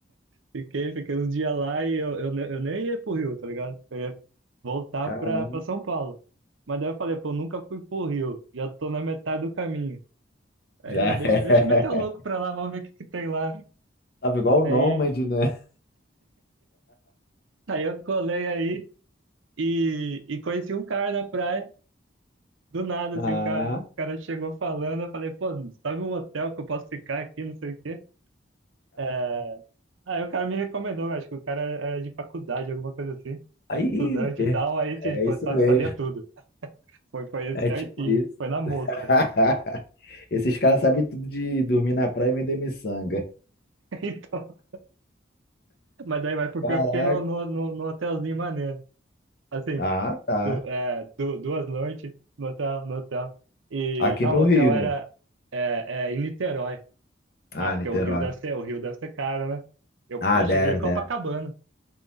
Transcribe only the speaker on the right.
Fiquei, fiquei uns dias lá e eu, eu, ne- eu nem ia pro Rio, tá ligado? Eu ia voltar
pra, pra São Paulo. Mas daí eu falei, pô, nunca fui pro Rio, já tô na metade do caminho. Aí
eu "Ah, deixa,
deixa eu meter o louco
pra lá, vamos ver o que que tem lá.
Aí,
aí eu colei aí e, e conheci um cara na praia, do nada,
assim, o cara, o cara chegou falando, eu falei, pô, sabe um hotel que eu posso ficar aqui, não sei o quê? É, Aí o cara me recomendou, eu acho que o cara era era de faculdade, alguma coisa assim,
estudante
e tal, aí tipo,
sabe,
sabia tudo. Foi, foi esse
certinho,
foi na
mosca. <laughs>
Então, mas daí vai porque
eu fiquei no, no, no, no hotelzinho maneiro. Assim,
du, é, du, duas noites no hotel, no hotel. E
ah,
o hotel
era
é, é, em Niterói.
Ah, porque
o Rio deve ser, o Rio deve ser caro, né? Eu,
eu
cheguei em Copacabana.